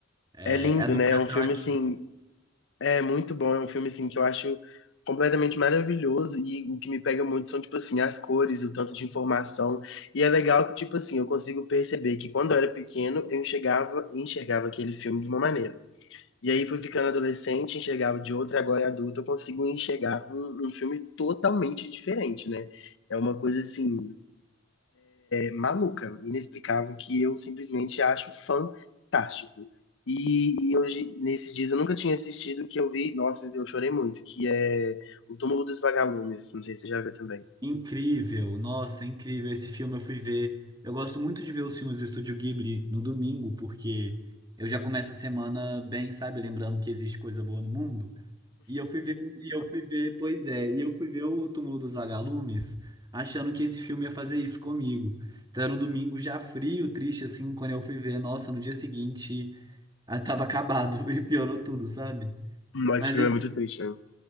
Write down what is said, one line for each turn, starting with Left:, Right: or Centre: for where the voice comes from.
Right: É,
Left: É lindo,
Right: é do
Left: né?
Right: Miyazaki.
Left: É um filme, assim, É muito bom, é um filme assim que eu acho completamente maravilhoso e o que me pega muito são tipo assim as cores, o tanto de informação. E é legal que tipo assim, eu consigo perceber que quando eu era pequeno, eu enxergava, enxergava aquele filme de uma maneira. E aí fui ficando adolescente, enxergava de outra, agora adulto eu consigo enxergar um, um filme totalmente diferente, né? É uma coisa assim maluca, inexplicável, que eu simplesmente acho fantástico. E, e hoje, nesses dias, eu nunca tinha assistido, que eu vi, nossa, eu chorei muito, que é O Túmulo dos Vagalumes, não sei se você já viu também.
Right: Incrível. Nossa, incrível. Esse filme eu fui ver. Eu gosto muito de ver os filmes do Estúdio Ghibli no domingo, porque eu já começo a semana bem, sabe? Lembrando que existe coisa boa no mundo. E eu fui ver, e eu fui ver, pois é, e eu fui ver o Túmulo dos Vagalumes, achando que esse filme ia fazer isso comigo. Então era um domingo já frio, triste, assim, quando eu fui ver. Nossa, no dia seguinte, <laughs> ah, tava acabado <laughs> e piorou tudo, sabe?
Left: Mas
Right: Mas
Left: esse filme é muito triste, né?